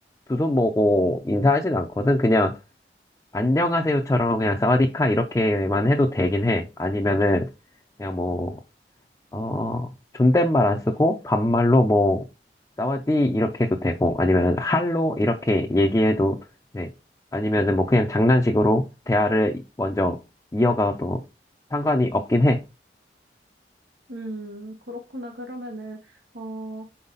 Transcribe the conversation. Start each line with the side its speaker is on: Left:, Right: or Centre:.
Left: 두 손 모으고 인사하진 않거든. 그냥 안녕하세요처럼 그냥 사와디카 이렇게만 해도 되긴 해. 아니면은 그냥 뭐, 어, 존댓말 안 쓰고 반말로 뭐, 사와디 이렇게 해도 되고 아니면 할로 이렇게 얘기해도 돼. 아니면은 뭐 그냥 장난식으로 대화를 먼저 이어가도 상관이 없긴 해.
Right: 음, 그렇구나. 그러면은, 어,